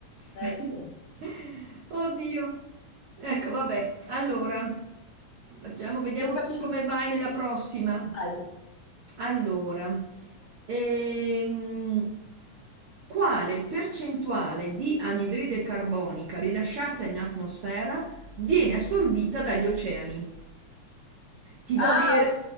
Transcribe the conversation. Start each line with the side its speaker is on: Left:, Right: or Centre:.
Left: Ecco.
Right: <laughs> Oddio. Ecco, vabbè. Allora, facciamo, vediamo
Left: Che facciamo?
Right: tu come vai nella prossima.
Left: Dai.
Right: Allora, ehm, quale percentuale di anidride carbonica rilasciata in atmosfera viene assorbita dagli oceani? Ti
Left: Ah,
Right: do dei... re-
Left: ok.